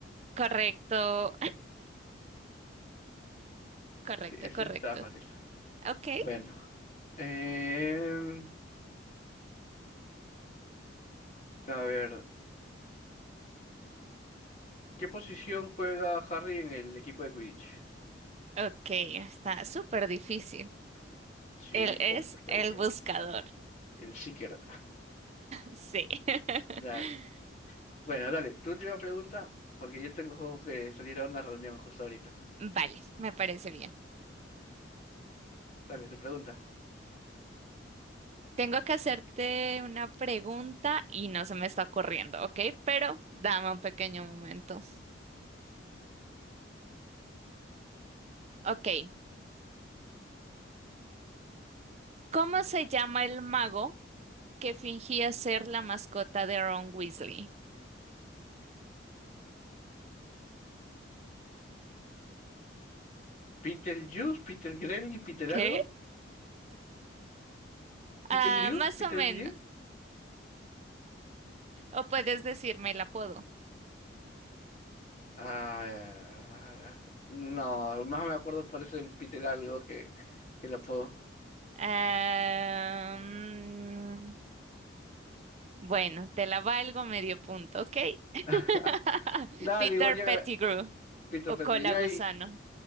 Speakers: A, on the right; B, on the left.
A: Correcto, <laughs> correcto,
B: Sí, ese
A: correcto.
B: sí estaba fácil.
A: Ok,
B: Bueno. Em, a ver, ¿qué posición juega Harry en el equipo de Quidditch?
A: ok, está súper difícil.
B: Sí,
A: Él
B: complicadísimo.
A: es el buscador. <laughs>
B: El Seeker.
A: Sí. <laughs>
B: Dale. Bueno, dale, tu última pregunta, porque yo tengo que salir a una reunión justo ahorita.
A: Vale, me parece bien.
B: Dale, tu pregunta.
A: Tengo que hacerte
B: Wow.
A: una pregunta y no se me está ocurriendo, ¿ok? Pero dame un pequeño momento. Ok, ¿cómo se llama el mago que fingía ser la mascota de Ron Weasley?
B: Peter Peter Green y Peter
A: ¿Qué?
B: algo?
A: Ah,
B: ¿Peter Grew?
A: más
B: ¿Peter
A: o menos.
B: Grew?
A: O puedes decirme el apodo.
B: Ah, no, más me acuerdo por eso del Peter algo que, que lo puedo.
A: Ah, mm, bueno, te la valgo medio punto, ¿ok? <laughs>
B: <laughs> Dale,
A: Peter
B: igual llega
A: Pettigrew
B: Peter
A: o
B: Petrillo.
A: Cola
B: Y
A: Gusano.
B: ahí-